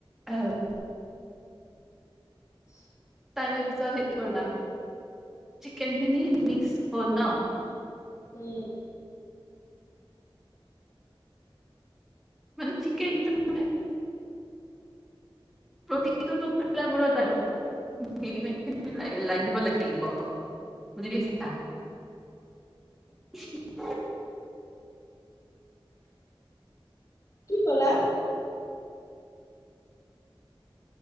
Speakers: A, in the centre; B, on the left (about 35°).
A: আহ',
B: <inaudible>
A: তাৰে পিছত হে কৰিবা, চিকেন খিনি মিক্স হল ন?
B: উম',
A: মানে চিকেন তো মানে? প্ৰতিটো টুকবোৰত আৰু মেৰিনেট লাগিব -লাগিব বুজি পাইছা? <inaudible>
B: কি কলা?